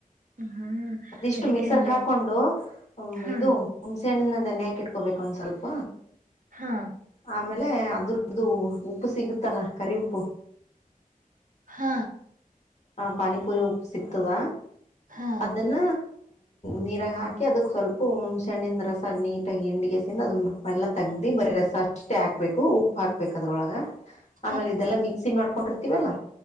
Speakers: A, on the right; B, on the left.
A: ಹಾ
B: ಅದಿಷ್ಟು
A: ಅದಕ್ಕೆ
B: ಮಿಕ್ಸರ್
A: ಅಂದೆ
B: ಹಾಕೊಂಡು ಹ
A: ಹಾ
B: ಇದು ಹುಣಸೆಣ್ಣು ನೆ ಹಕಿಟ್ಕೋಬೇಕು ಒಂದ ಸ್ವಲ್ಪ
A: ಹಾ
B: ಆಮೇಲೆ ಅದರ್ದು ಉಪ್ಪು ಸಿಗುತ್ತಲ್ಲಾ ಕರಿ ಉಪ್ಪು
A: ಹ್ಮ್
B: ಹ ಪಾನಿಪುರಿ ಉಪ್ಪು ಸಿಕ್ತದ
A: ಹಾ
B: ಅದನ್ನ ನೀರಾಗ ಹಾಕಿ ಅದಕ್ ಸ್ವಲ್ಪ ಹುಣ್ ಸಣ್ಣಿಂದ ರಸ ನೀಟಾಗಿ ಹಿಂಡಿಗೆಸಿಂದ ಅದಳ್ಳ ತೆಗ್ದಿ ಬರೀ ರಸ ಅಷ್ಟೇ ಹಾಕ್ಬೇಕು ಉಪ್ಪು ಹಾಕ್ಬೇಕು ಅದ್ರೊಳಗ
A: ಹ
B: ಆಮೇಲೆ ಇದೆಲ್ಲಾ ಮಿಕ್ಸಿ ಮಾಡ್ಕೊಂಡಿರ್ತೀವಲ್ಲಾ